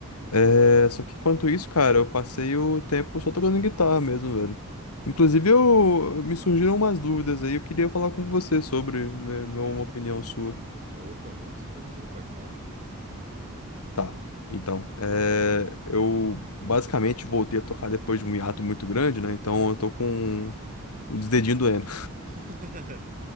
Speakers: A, on the left; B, on the right.
A: É, Só que enquanto isso, cara, eu passei o tempo só tocando guitarra mesmo, velho. Inclusive,
B: O-
A: eu... me surgiram umas dúvidas aí. Eu queria falar com você sobre, ver uma opinião sua.
B: Opa, vamos sim, vamos sim, pode falar.
A: Tá. Então, é, eu basicamente voltei a tocar depois de um hiato muito grande, né? Então eu tô com os dedinhos doendo.
B: <laughs>